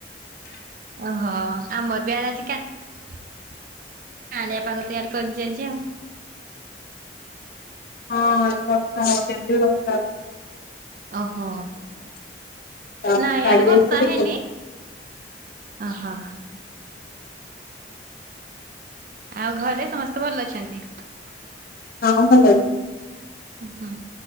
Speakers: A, on the right; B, on the left.
A: ଓହୋ! ଆମର ବି ଏଆଡେ ଆଜି କା-କାଁଳିଆ ପାଗ ତ ଇଆଡ଼େ କରିଛି ଆଜି ଆଉ।
B: ହଁ ବର୍ଷା ହଉ, ଏବି ବର୍ଷା ହଉ
A: ଓହୋ!
B: ତାପରେ
A: ନାଇଁ
B: ଛାଡି
A: ଇଆଡ଼େ ବର୍ଷା
B: ଯାଇଥିଲା ଟିକେ।
A: ହେଇନି। ଓହୋ! ଆଉ ଘରେ ସମସ୍ତ? ତେ ଭଲ ଅଛନ୍ତି?
B: ହଁ ଭଲ ଅଛି।
A: ଉ ହୁଁ,